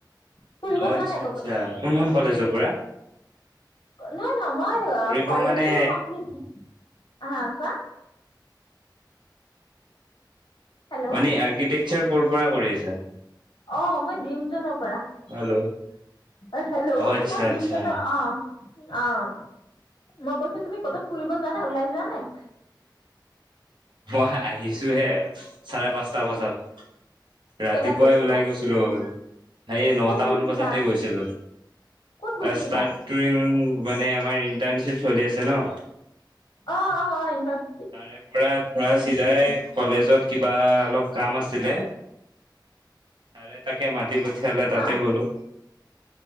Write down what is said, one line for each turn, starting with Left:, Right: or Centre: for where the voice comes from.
Left: ফুৰিব
Right: অ',
Left: যোৱা
Right: আচ্ছা
Left: নাই
Right: আচ্ছা, কোনখন কলেজৰ পৰা?
Left: ন', ন', মই অ'
Right: ফুৰিব
Left: কলেজটো
Right: মানে
Left: কমপ্লিট আহা, চোৱা। হেল্ল'
Right: মানে আৰ্কিটেকচাৰ ক'ৰ পৰা কৰি আছে?
Left: অ', মই ড্ৰিম জনক <unintelligible>
Right: হেল্ল'
Left: হেল্ল',
Right: অ', আচ্ছা
Left: মই দিনজনৰ
Right: আচ্ছা
Left: অ' অ', মই কৈছো, তুমি কতো ফুৰিব যোৱা নাই? ওলাই যোৱা নাই?
Right: মই, আহিছোহে। চাৰে পাঁচটা বজাত। ৰাতিপুৱাই
Left: কেইটাত গৈছিলা
Right: ওলাই গৈছিলো। সেই নটা
Left: ক'ত গৈছিলা
Right: মান বজাতে গৈছিলো।
Left: ক'ত গৈছিলা
Right: ষ্টাৰটটুং মানে তোমাৰ ইণ্টাৰ্ণশ্বিপ চলি আছে ন?
Left: অ অ' হয় এক <unintelligible>
Right: তাৰে পৰা তোমাৰ চিধাই কলেজ ত কিবা অলপ কাম আছিলে, চাৰে তাকে মা তি পঠিয়ালে তাতে
Left: অ
Right: গ'লো।